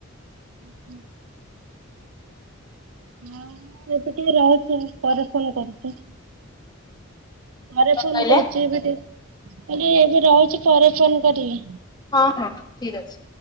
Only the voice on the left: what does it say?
କଣ
କହିଲେ
ହଁ ହଁ ଠିକ ଅଛି